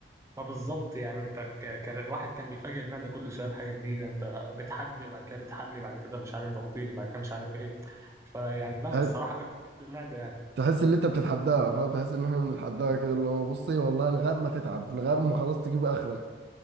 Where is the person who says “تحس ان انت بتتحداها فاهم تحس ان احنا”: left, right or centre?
Right